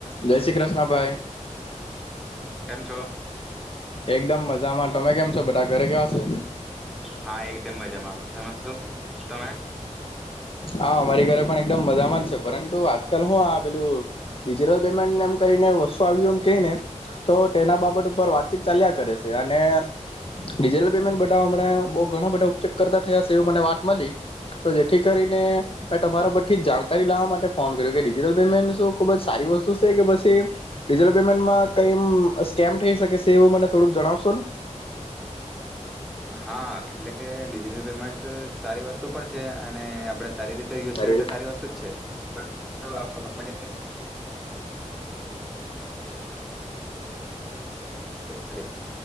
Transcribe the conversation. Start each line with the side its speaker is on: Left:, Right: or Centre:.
Left: જય શ્રી કૃષ્ણ ભાઈ
Centre: કેમ છો
Left: એકદમ મજામાં. તમે કેમ છો બધા ઘરે કેવા શે?
Centre: હા એકદમ મજામાં તમે શું તમે?
Left: હા અમારી ઘરે પણ એકદમ મજામાં છે પરંતુ આજકાલ હું આ પેલુંિજટલ પેમેન્ટ એમ કરીને વસ્તુ આવ્યું એમ કહીને તો તેના બાબત ઉપર વાતચીત ચાલ્યા કરે છે અનેિજટલ પેમેન્ટ બધામણાં બ ઘણા બધા ચેક કરતા થયા છે એવ મને વાત મળી તો જેથી કરીને મે તમારા પરથી જ જાણકારી લાવવા માટે ફોન કર્યો કે ડિજટલ પેમેન્ટ શું ખુબ જ સારી વસ્તુ છે કે પછી ડિજિટલ પેમેન્ટમાં કોઈ સ્કેમ થઈ શકે છે એવું મને થોડું જણાવશો ને.
Centre: હા એટલે કે ડિજિટલ પેમેન્ટ સારી વસ્તુ પણ છે અને આપણે સારી રીતે યુઝ
Left: અરે
Centre: કરીએ સારી વસ્તુ જ છે. આપ ફો સા કરે છે.